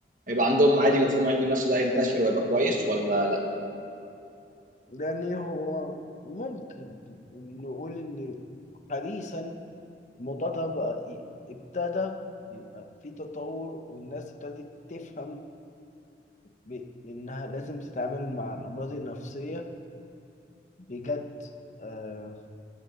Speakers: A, on the right; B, on the left.
A: هيبقى عندهم عادي مفهوم علم النفس ده هينتشر وهيبقى كويس ولا لأ؟
B: يعني هو ممكن نقول إن حديثا الموضوع ده بقى ي- ابتدى يبقى في تطور والناس ابتدت تفهم ب- إنها لازم تتعامل مع الأمراض النفسية بجد آه